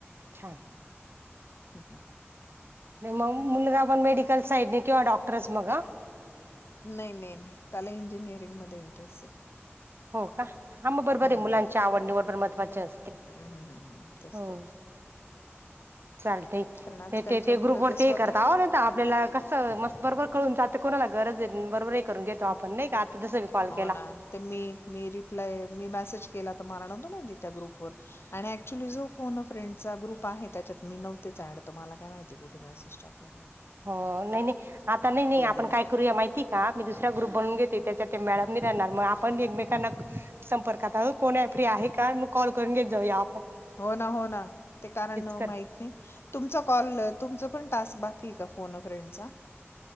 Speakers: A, on the right; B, on the left.
A: छान
B: हम् हम् ह
A: मग मुलगा पण मेडिकल साईड किंवा डॉक्टरच मग
B: नाही, नाही, नाही. त्याला इंजिनिअरिंगमध्ये इंटरेस्ट आहे
A: हो का हां मग बरोबर
B: हम्म.
A: आहे मुलांच्या आवड निवरबर महत्त्वाचे असते
B: हम्म हम्म हम्म हम्म तेच
A: हम
B: तर
A: चालत
B: कारण आजकालच्या
A: ते ते
B: मुलं
A: ग्रुप वरती
B: स्वतः
A: करता आह ना आपल्याला कसं मस्त बरोबर कळून जातं कोणाला गरज आहे बरोबरही करून घेतो आपण नाही का जसं मी कॉल
B: हो
A: केला
B: ना ते मी मी रिप्लाय मी मेसेज केला तर मला नंदो माहिती त्या ग्रुप व आणि ऍक्च्युली जो फोन फ्रेंडचा ग्रुप आहे त्याच्यात मी नव्हतेचचायड तर मला काय माहिती कुठे म असंच टाकायचं
A: हो नाही नाही आता नाही नाही आपण
B: दिला
A: काय करूया माहिती का मी दुसरा्या ग्रुप बनून घेते त्याच्या मळा णार मग आपण एकमेकांना संपर्कात आह कोणी फ्री आहे का मग कॉल करून घेत जाऊ या
B: हो ना हो ना ते कारण माहत
A: करते
B: नाही तुमचा कॉल तुमच पण टास्क बाकी आहे का फोन फ्रेंडचा